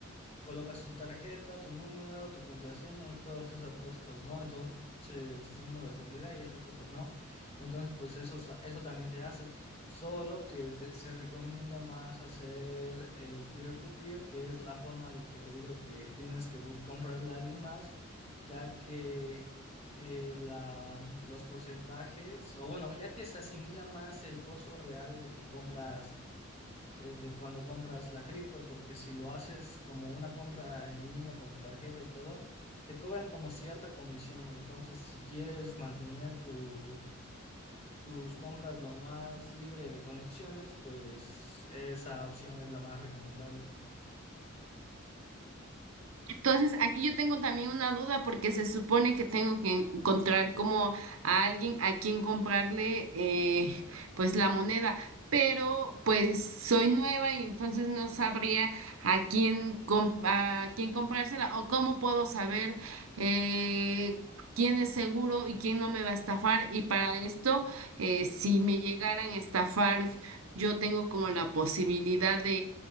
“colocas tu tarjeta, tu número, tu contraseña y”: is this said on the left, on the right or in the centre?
Left